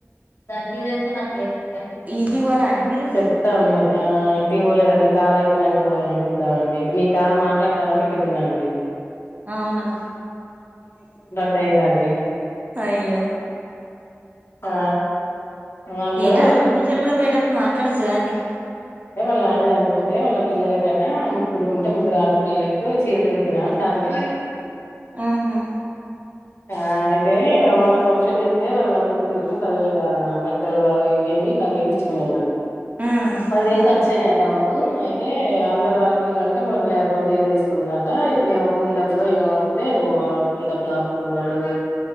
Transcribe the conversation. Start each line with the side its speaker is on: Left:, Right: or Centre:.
Left: దాని చీరేంతో నాకు ఎరుకే
Right: ఇంటికి పోలే అండి మీరు
Left: చెప్స్తా ఉన్న ఆ ఇంటికి పోలేదండి నీ కాలు అయిపోయినాక పోదాం అని చూస్తున్నండి ఇప్పుడు నీ కాలు మాట్లాతానని ఇక్కడ ఉన్నా అండి
Right: అవునా
Left: సైందడి
Right: అయ్యో
Left: ఆ వాళ్ళు
Right: ఏం కాదు రోడ్డు మీదించేలి కూడా పోయేటప్పుడు మాట్లాడచ్చుగదా అండి
Left: వాళ్ళ ఆయన చనిపోతే వాళ్ళ పిల్లలకి కటా ముగ్గురు ఉంటే ముగ్గురు ఆడపిల్లలకు చీరలు పెట్టినాంట అంటుంది
Right: ఆహా
Left: ఆ అయితే మొన్న ఫంక్షన్ చేస్తే వాళ్ళ కూతురుకు పదివేల బట్టలు అవి ఇవన్నీ అన్ని పదివేలు ఇచ్చి పోయిండట
Right: ఆహా
Left: పదివేలు ఖర్చు అయినాయట మాకు అయితే అందరు వాళ్ళ వీళ్ళంటే మూడు వందల యాబై రూపాయలు చీర తీసుకున్నారు అంట ఇప్పుడ ఆ కూల్ డబ్బులు ఏమొ ఆపితే కూ డబ్బులు ఆపు కున్నారు